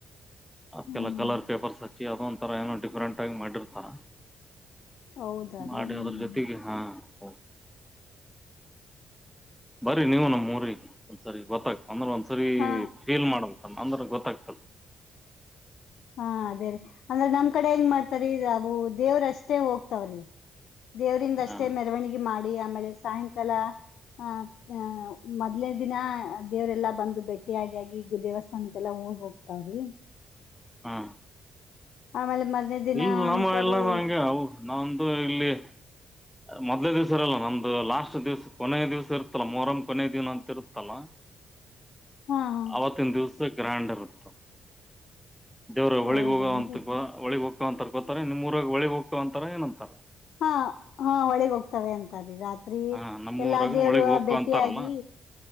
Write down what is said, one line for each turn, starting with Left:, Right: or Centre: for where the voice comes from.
Centre: ಅದ್ಕೆಲ್ಲ
Left: ಹ್ಮ್
Centre: ಕಲರ್ ಪೇಪರ್ಸ್ ಹಚ್ಚಿ ಅದುನ್ <inaudible> ದುರಂತಗಿ ಮಾಡಿರ್ತಾ
Left: ಹೌದಾ
Centre: ಮಾಡಿ
Left: ರೀ ಹ್ಮ್
Centre: ಅದ್ರ ಜೊತೆಗೆ ಹಾ ಹಾ ಬರೀ ನೀವು ನಮ್ಮ್ ಊರಿಗೆ ಒಂದ್ಸರಿ ಗೊತ್ತಾಗ್ತದೆ ಅಂದ್ರ ಒಂದು ಸಾರಿ
Left: ಹಾ
Centre: ಫೀಲ್ ನ ಅಂದ್ರ ಗೊತ್ತಾಗ್ತದೆ
Left: ಹಾ ಅದೇ ರೀ ಅಂದ್ರೆ ನಮ್ ಕಡೆ ಹೆಂಗ್ ಮಾಡ್ತಾರೆ ಅವು ದೇವ್ರಷ್ಟೇ ಹೋಗ್ತಾವ್ರಿ ದೇವರಿಂದಷ್ಟೇ
Centre: ಹ
Left: ಮೆರವಣಿಗೆ ಮಾಡಿ ಆಮೇಲೆ ಸಾಯಂಕಾಲ ಅಹ ಅ ಮೊದ್ನೇ ದಿನ ದೇವರೆಲ್ಲಾ ಬಂದು ಭೇಟ್ಟಿಯಾಗಿ ಆಗಿ ಈಗ ದೇವಸ್ಥಾನಕ್ಕೆಲ್ಲಾ ಹೋಗಿ ಹೋಗ್ತಾವ್ರಿ
Centre: ಹಾ
Left: ಆಮೇಲೆ ಮರ್ನೇ ದಿನ
Centre: ಇಲ್ಲ ನಮ್ಮ
Left: ಅನ್ಕರು
Centre: ಇಲ್ಲ ನಂಗೆ ಅವ ನಾವಂದು ಇಲ್ಲಿ ಮೊದ್ಲೇ ದಿವ್ಸ ಇರಲ್ಲ ನಮ್ದು ಲಾಸ್ಟ್ ದಿವ್ಸ ಕೊನ ದಿವ್ಸ ಇತ್ತತಲ್ಲಾ ಮೂರಂಗ ಕೊನೆಯ ದಿನ ಅಂತ ಇರುತ್ತಲ್ಲ
Left: ಹಾ ಹಾ
Centre: ಅವತುನ್ದುಸ್ ಅದ್ಕೆ ಗ್ರಾಂಡರ್ ಅಂತ ದೇವ್ರ ಹೊಳಿಗ್
Left: ಹೌದನ್ರಿ
Centre: ಹೋಗುವ ಅಂತ ಹೊಳಗ್ ಹೋಗ ಅಂತರ್ ಕೋತಾರೆ ನಿಮ್ ಊರಗ್ ಒಳಗ್ ಹೋಗ್ತರ್ ಅಂತಾರ ಏನಂತಾರ
Left: ಹಾ ಹಾ ಒಳಗ್ ಹೋಗ್ತವೆ ಅಂತಾರೀ ರಾತ್ರಿ
Centre: ಹಾ
Left: ರಾತ್ರಿ
Centre: ನಮ್ಮೂರಾಗನ
Left: ಎಲ್ಲಾ ದೇವರು
Centre: ಒಳಿಗ್ ಹೋಗವ
Left: ಭೇಟಿಯಾಗಿ
Centre: ಅಂತಾರಲ್ಲ